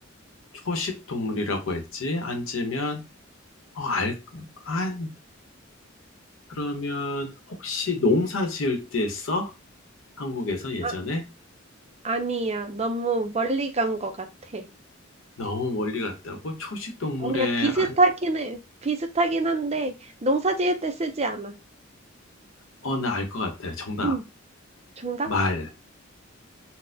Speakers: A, on the left; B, on the right.
A: 초식 동물이라고 했지? 앉으면, 어, 알, 아, 그러면, 혹시 농사 지을 때 써? 한국에서 예전에?
B: 아, 아니야. 너무 멀리 간 것 같아.
A: 너무 멀리 갔다고? 초식 동물에,
B: 아니야, 비슷하긴
A: 안,
B: 해. 비슷하긴 한데, 농사 지을 때 쓰지 않아.
A: 어, 나 알 것 같아. 정답.
B: 응, 정답?
A: 말.